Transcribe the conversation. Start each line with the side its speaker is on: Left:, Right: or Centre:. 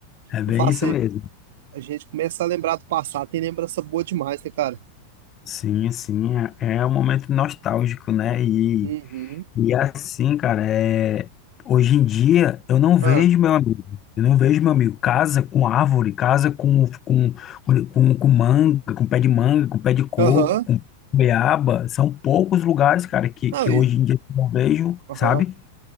Left: É bem
Right: eu falo
Left: isso
Right: assim,
Left: mesmo.
Right: a gente começa a lembrar do passado, tem lembrança boa demais, né, cara?
Left: Sim, sim, é, é um momento nostálgico, né? E,
Right: Uhum.
Left: e assim, cara, é, hoje em dia eu não
Right: Ah,
Left: vejo meu amigo, eu não vejo meu amigo. Casa com árvore, casa com, com, com, com manga, com pé de manga, com pé de coco,
Right: aham.
Left: com beaba. São poucos lugares, cara, que,
Right: Não,
Left: que
Right: e.
Left: hoje em dia eu não vejo,
Right: Aham.
Left: sabe?